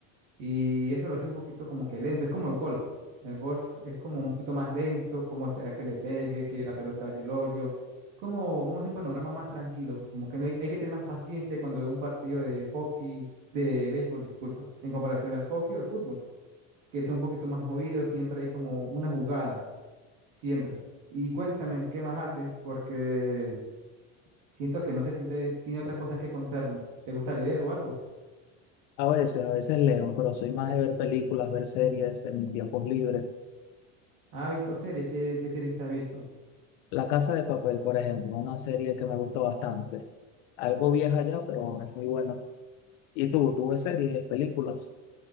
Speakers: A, on the right (about 60°); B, on the left (about 80°).
A: Y eso lo hace un poquito como que lento, es como el golf. El golf es como un poquito más lento, como esperar que le pegue, que la pelota vaya al hoyo. Como, vamos a hacer un panorama más tranquilo, como que no hay, hay que tener más paciencia cuando ve un partido de hockey, de béisbol, disculpa, en comparación al hockey o al fútbol que son un poquito más movidos, siempre hay como una jugada, siempre. Y cuéntame, ¿qué más haces? Porque siento que no se siente, tiene otras cosas que contarme. ¿Te gusta leer o algo?
B: A veces, a veces leo, pero soy más de ver películas, ver series en mis tiempos libres.
A: Ah, ¿Has visto series? ¿Qué, qué series te has visto?
B: La Casa de Papel, por ejemplo, una serie que me gustó bastante. Algo vieja ya, pero es muy buena. ¿Y tú, tú ves series, películas?